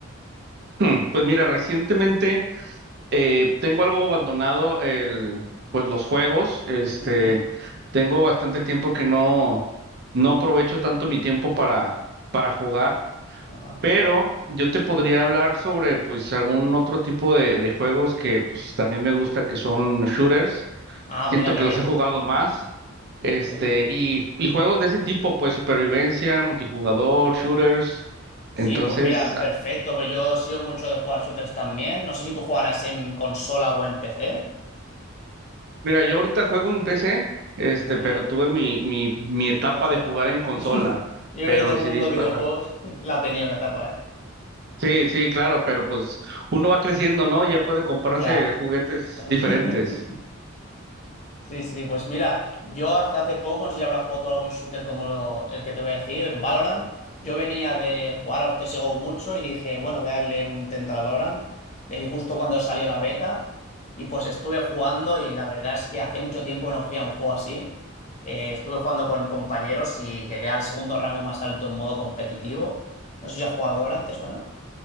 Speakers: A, on the right; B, on the left.
A: Hmm, Pues mira, recientemente eh, tengo algo abandonado el pues los juegos, este
B: Ujú,
A: tengo bastante tiempo que no no aprovecho tanto mi tiempo para para jugar.
B: ajá.
A: Pero yo te podría hablar sobre pues algún otro tipo de, de juegos que pues también me gusta que son shooters.
B: Ah,
A: Siento
B: mira, qué
A: que
B: bien.
A: los he jugado más. Este,
B: Sí.
A: y, y juegos de ese tipo, pues supervivencia, multijugador, shooters. Entonces,
B: Sí, pues mira,
A: ah,
B: perfecto. Pues yo he sido mucho de jugar shooters también. No sé si tú jugarás en consola o en PC.
A: mira, yo ahorita juego en PC, este,
B: Muy
A: pero
B: bien,
A: tuve mi, mi, mi etapa
B: tu época.
A: de jugar en consola,
B: <laughs> Yo
A: pero
B: creo que todo
A: decidí
B: el mundo de
A: pasar.
B: videojuegos <laughs> la ha tenido esa etapa, ¿eh?
A: Sí, sí, claro, pero pues uno va creciendo, ¿no? Y ya puede comprarse
B: Ya.
A: juguetes
B: <laughs>
A: diferentes.
B: Sí, sí, pues mira, yo hasta hace poco, no sé si habrás jugado tú algún shooter como lo- el que te voy a decir, el Valorant. Yo venía de jugar al CSGO mucho y dije, bueno, voy a darle un intento al Valorant. Le di justo cuando salió la beta y pues estuve jugando y la verdad es que hacía mucho tiempo que no jugaba un juego así. Eh, estuve jugando con compañeros y llegué al segundo rango más alto en modo competitivo. No sé si has jugado al Valorant, ¿te suena?